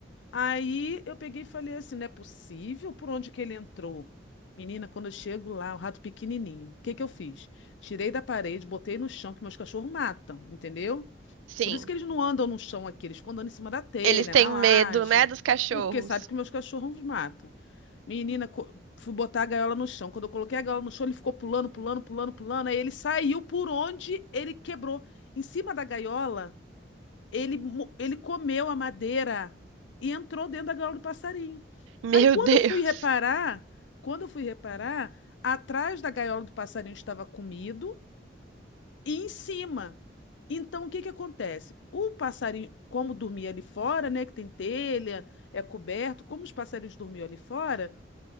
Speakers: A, on the left; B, on the right.
A: Aí eu peguei e falei assim, não é possível por onde que ele entrou? Menina, quando eu chego lá, o rato pequenininho. O que que eu fiz? Tirei da parede, botei no chão, que meus cachorros matam, entendeu?
B: Sim,
A: Por isso que eles não andam no chão aqui, eles ficam andando em cima da telha,
B: eles têm
A: na
B: medo,
A: laje,
B: né, dos cachorros.
A: porque sabe que meus cachorros matam. Menina, co- fui botar a gaiola no chão. Quando eu coloquei a gaiola no chão, ele ficou pulando, pulando, pulando, pulando. Aí ele saiu por onde ele quebrou. Em cima da gaiola. Ele, mo- ele comeu a madeira e entrou dentro da gaiola do passarinho.
B: <laughs> Meu
A: Aí quando
B: Deus.
A: eu fui reparar, quando eu fui reparar, atrás da gaiola do passarinho estava comido e em cima. Então o que que acontece? O passarinho, como dormia ali fora, né, que tem telha, é coberto, como os passarinhos dormiam ali fora,